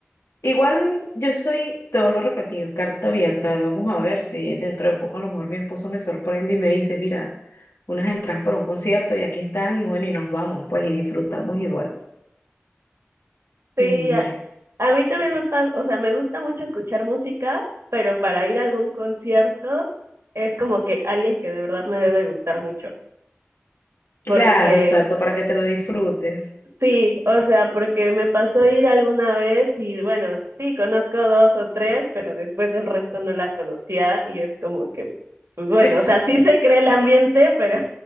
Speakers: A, on the left; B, on the right.
A: Igual yo soy, te vuelvo a repetir, carta abierta. Vamos a ver si dentro de poco a lo mejor mi esposo me sorprende y me dice, mira, unas entradas por un concierto y aquí están y bueno, y nos vamos, pues y disfrutamos igual.
B: Sí,
A: Hombre.
B: a, a mí también me pasa, o sea, me gusta mucho escuchar música, pero para ir a algún concierto es como que alguien que de verdad me debe gustar mucho.
A: Claro,
B: Porque
A: exacto, para que te lo disfrutes.
B: sí, o sea, porque me pasó ir alguna vez y bueno, sí, conozco dos o tres, pero después el resto no las conocía y es como que, pues bueno,
A: <laughs>
B: o sea, sí se cree el ambiente, pero